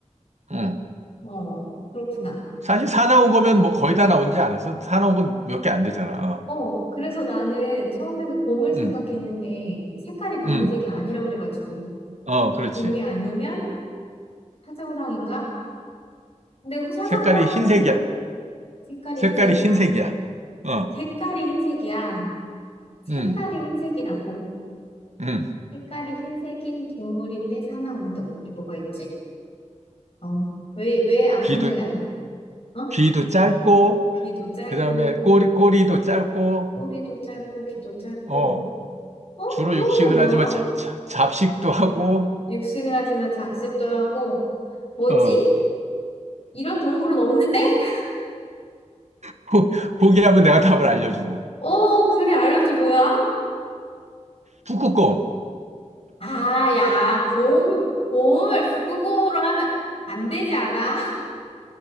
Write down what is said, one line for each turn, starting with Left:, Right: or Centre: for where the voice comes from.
Right: 음.
Left: 어, 그렇구나.
Right: 사실 사 나온 거면 뭐 거의 다 나온지 않아서 사 나온 건 몇 개 안 되잖아. 어.
Left: 어, 그래서 나는 처음에는 곰을 생각했는데,
Right: 음,
Left: 색깔이 검은색이
Right: 음.
Left: 아니라고 그래가지고,
Right: 어, 그렇지.
Left: 곰이 아니면 사자호랑인가? 근데 그 사자호랑이는
Right: 색깔이 흰색이야.
Left: 색깔이
Right: 색깔이
Left: 흰색이야.
Right: 흰색이야. 어,
Left: 색깔이 흰색이야. 색깔이
Right: 음,
Left: 흰색이라고.
Right: 음.
Left: 색깔이 흰색인 동물인데 사나운 동물이 뭐가 있지? 어, 왜, 왜 아무
Right: 귀도,
Left: 생각이 안, 어?
Right: 귀도 짧고,
Left: 귀도 짧고,
Right: 그 다음에 꼬리, 꼬리도 짧고,
Left: 꼬리도 짧고, 귀도 짧고.
Right: 어,
Left: 어?
Right: 주로
Left: 그런
Right: 육식을
Left: 게 뭐야?
Right: 하지만 잡, 잡- 잡식도 하고,
Left: 육식을 하지만 작습도 하고. 뭐지?
Right: 어,
Left: 이런 동물은 없는데?
Right: 포, 포기하면 내가 답을 알려주고.
Left: 어, 그래, 알려줘, 뭐야?
Right: 북극곰.
Left: 아, 야, 곰, 곰을 북극곰으로 하면 안 되지 않아?